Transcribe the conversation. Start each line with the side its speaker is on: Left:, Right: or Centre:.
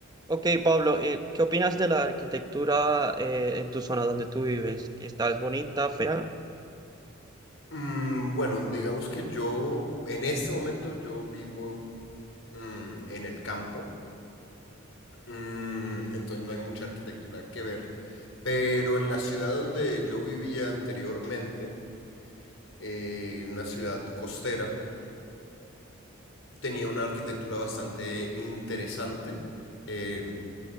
Right: Ok, Pablo, eh, ¿qué opinas de la arquitectura eh, en tu zona donde tú vives? ¿Que está es bonita, fea?
Left: Mm, bueno, digamos que yo, en este momento, yo vivo mm, en el campo, mm, entonces no hay mucha arquitectura que ver, pero en la ciudad donde yo vivía anteriormente, eh, una ciudad costera, tenía una arquitectura bastante interesante, eh,